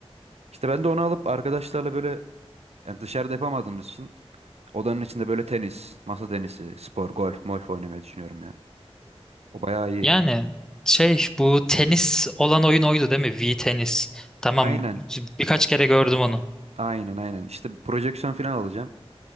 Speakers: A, on the right; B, in the centre.
A: İşte ben de onu alıp arkadaşlarla böyle yani dışarıda yapamadığımız için odanın içinde böyle tenis, masa tenisi, spor, golf, molf oynamayı düşünüyorum ya. O bayağı iyi.
B: Yani şey bu tenis olan oyun oydu değil mi? V tenis. Tamam
A: Aynen.
B: birkaç kere gördüm onu.
A: Aynen aynen. İşte projeksiyon falan alacağım.